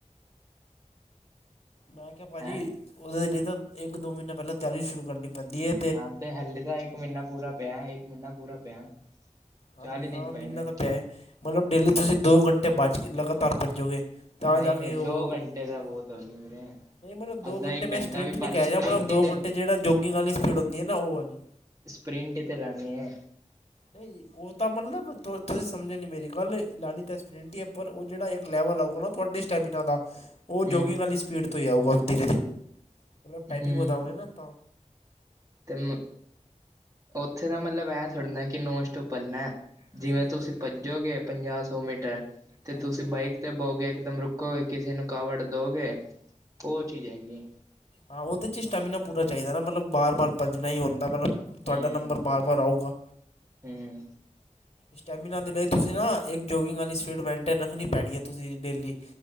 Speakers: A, on the left; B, on the right.
A: ਮੈਂ ਕਿਹਾ ਭਾਜੀ
B: ਹੈਂ
A: ਉਹਦੇ ਲਈ ਤਾਂ ਇੱਕ ਦੋ ਮਹੀਨਾਂ ਪਹਿਲਾਂ ਤਿਆਰੀ ਸ਼ੁਰੂ ਕਰਨੀ ਪੈਂਦੀ ਐ।
B: ਹਾਂ ਤੇ ਹੱਲੇੇ ਤਾਂ ਇੱਕ ਮਹੀਨਾ ਪੂਰਾ ਪਿਆ ਇੱਕ ਮਹੀਨਾ ਪੂਰਾ ਪਿਆ।
A: ਹਾਂਜੀ
B: ਚਾਲੀ ਦਿਨ
A: ਹਾਂ
B: ਪਏ
A: ਮਹੀਨਾ
B: ਨੇ
A: ਤਾਂ ਪਿਆ ਮਤਲਬ ਡੇਲੀ ਤੁਸੀਂ ਦੋ ਘੰਟੇ ਭੱਜ ਕੇ ਲਗਾਤਾਰ ਭੱਜੋਗੇ। ਤਾਂ
B: ਨਹੀਂ
A: ਜਾ
B: ਨਹੀਂ
A: ਕੇ ਉਹ
B: ਦੋ ਘੰਟੇ
A: ਉਹ
B: ਤਾਂ ਬਹੁਤ ਹੋਣਗੇ ਵੀਰੇ।
A: ਨਹੀਂ ਮਤਲਬ ਦੋ
B: ਅੱਧਾ
A: ਘੰਟੇ
B: ਇੱਕ
A: ਮੈਂ
B: ਘੰਟਾ
A: ਸਪਰਿੰਟ
B: ਵੀ
A: ਨਹੀਂ
B: ਪਾਲੋ
A: ਕਹਿ ਰਿਹਾ
B: ਸਪ੍ਰਿੰਟ
A: ਮਤਲਬ ਦੋ
B: ਹੀ ਤੇ
A: ਘੰਟੇ ਜਿਹੜਾ ਜੋਗਿੰਗ ਵਾਲੀ ਸਪੀਡ ਹੁੰਦੀ ਆ ਨਾਂ ਉਹ ਵਾਲੀ।
B: ਸਪ੍ਰਿੰਨਟ ਈ ਤੇੇ ਲਾਣੀ ਏ।
A: ਨਹੀਂ ਜੀ। ਉਹ ਤਾਂ ਮਤਲਬ ਤੁਸੀਂ ਸਮਝੇ ਨੀ ਮੇਰੀ ਗੱਲ ਲਾਨੀ ਤਾਂ ਸਪਰਿੰਟ ਈ ਐ। ਪਰ ਉਹ ਜਿਹੜਾ ਇੱਕ ਲੈਵਲ ਆਊਗਾ ਨਾ ਤੁਹਾਡੀ। ਸਟੈਮੀਨਾ ਦਾ। ਉਹ
B: ਹੂੰ
A: ਜੋਗਿੰਗ ਵਾਲੀ ਸਪੀਡ ਤੋਂ ਹੀ ਆਊਗਾ ਧੀਰੇ ਧੀਰੇ ਮਤਲਬ ਟਾਈਮਿੰਗ
B: ਹੂੰ
A: ਵਧਾਉਂਗੇ ਨਾ ਤਾਂ।
B: ਤੇ ਮੈ ਉੱਥੇ ਦਾ ਮਤਲਬ ਐਹ ਥੋੜ੍ਹੀ ਨਾ ਐ ਕਿ ਨੋਨ ਸਟਾਪ ਭੱਜਣਾ।
A: ਨਹੀਂ
B: ਜਿਵੇਂ
A: ਨਹੀਂ ਨਹੀਂ
B: ਤੁਸੀਂ ਭੱਜੋਗੇ ਪੰਜਾਹ ਸੌ ਮੀਟਰ, ਤੇ
A: ਹਾਂਜੀ
B: ਤੁਸੀਂ
A: ਹਾਂਜੀ
B: ਬਾਈਕ ਤੇ ਬਹੋਗੇ ਇੱਕਦਮ ਰੁਕ ਕੋਏ ਕਿਸੇ ਨੂੰ ਕਾਵੜ ਦਓਗੇ, ਉਹ ਚੀਜ ਹੈਗੀ।
A: ਹਾਂ ਉਹਦੇ ਚ ਸਟੈਮੀਨਾ ਪੂਰਾ ਚਾਹੀਦੈ ਨਾ, ਮਤਲਬ ਬਾਰ- ਬਾਰ ਭੱਜਣਾ ਹੀ ਹੁੰਦੈ, ਮਤਲਬ ਤੁਹਾਡਾ
B: ਹੂੰ
A: ਨੰਬਰ ਬਾਰ -ਬਾਰ ਆਉਗਾ।
B: ਹੂੰ
A: ਸਟੈਮਿਨਾ ਦੇ ਲਈ ਤੁਸੀਂ ਨਾ ਇੱਕ ਜੋਗਿੰਗ ਵਾਲੀ ਸਪੀਡ ਮੇਨਟੇਨ ਰੱਖਣੀ ਪੈਣੀ ਹੈ ਤੁਸੀਂ ਡੇਲੀ